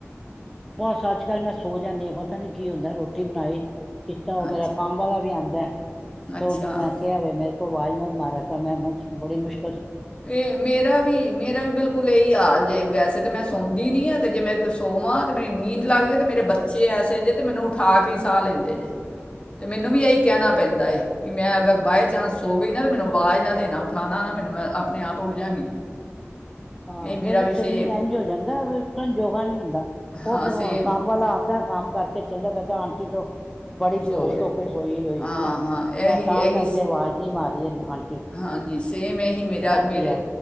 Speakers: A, in the centre; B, on the left (about 25°).
A: ਬਸ ਅੱਜ ਕੱਲ੍ਹ ਮੈਂ ਸੋ ਜਾਂਨੀ ਹਾ ਬ ਪਤਾ ਨੀ ਕੀ ਹੁੰਦਾ ਰੋਟੀ ਬਣਾਈ ਕੀਤਾ ਉਹ ਮੇਰਾ
B: ਅੱਛਾ
A: ਕੰਮ ਵਾਲਾ ਵੀ ਆਉਂਦਾ ਐ
B: ਅੱਛਾ
A: ਤੇ ਉਹਨੂੰ ਮੈਂ ਕਿਹਾ ਵੇ ਮੇ ਵਾਜ਼ ਮਤ ਮਾਰਾ ਕਰ ਮੈਂ ਮ ਬੜੀ ਮੁਸ਼
B: ਇਹ ਮੇਰਾ ਵੀ ਮੇਰਾ ਵੀ ਬਿਲਕੁਲ ਏਹੀ ਹਾਲ ਜੇ ਵੈਸੇ ਤੇ ਮੈਂ ਸ ਸੌਦੀ ਨੀ ਹੈ ਤੇ ਜੇ ਮੈਂ ਕੋਈ ਸੋਵਾਂ ਤੇ ਮੇਰੀ ਨੀਂਦ ਲੱਗਦੀ ਹੈ ਤੇ ਮੇਰੇ ਬੱਚੇ ਐਸੇ ਜੇ ਤੇ ਮੈਨੂੰ ਉਠਾ ਕੇ ਈ ਸਾਹ ਲੈਂਦੇ ਜੇ।
A: ਹਾਂ
B: ਤੇ ਮੈਨੂੰ ਵੀ ਇਹੀ ਕਹਿਣਾ ਪੈਂਦਾ ਏ। ਕਿ ਮੈਂ ਅਗਰ
A: ਹਾਂ
B: ਬਾਏ ਚਾਂਸ ਸੋ ਗਈ ਨਾ ਤਾਂ ਮੈਨੂੰ ਆਵਾਜ਼ ਨਾ ਦੇਣਾ ਉਠਾਉਣਾ ਨਾ ਮੈਨੂੰ ਮੈਂ ਆਪ ਆਪਣੇ ਆਪ ਉਠ ਜਾਂਗੀ।
A: ਆਹ
B: ਇਹੀ ਮੇਰਾ
A: ਫੇਰ
B: ਵੀ
A: ਸ਼ਰੀਰ
B: ਸੇਮ
A: ਇੰਝ ਹੋ ਜਾਂਦਾ ਉਠਣ ਯੋਗਾ ਨਹੀ ਹੁੰਦਾ ਉਹ
B: ਹਾਂ
A: ਫੇਰ
B: ਸੇਮ
A: ਹੁਣ ਕੰਮ ਵਾਲਾ ਆਉਂਦਾ ਕੰਮ ਕਰਕੇ ਚੱਲਿਆ ਕਰਤਾ ਆਂਟੀ ਤੋਂ ਬੜੀ ਬੇਹੋਸ਼
B: ਸੋ ਦੇ
A: ਹੋ ਕੇ ਸੋਈ ਹੋਈ
B: ਹਾਂ
A: ਥੀ
B: ਹਾਂ ਇਹੀ
A: ਮੈਂ ਤਾਂ
B: ਇਹੀ
A: ਕਰਕੇ
B: ਸ-
A: ਅਵਾਜ਼ ਨਹੀਂ ਮਾਰ <unintelligible> ਨਾਲ
B: ਹਾਂਜੀ। ਸੇਮ ਇਹ ਹੀ ਮੇਰਾ ਮੇਰੇ
A: ਕੀਆ।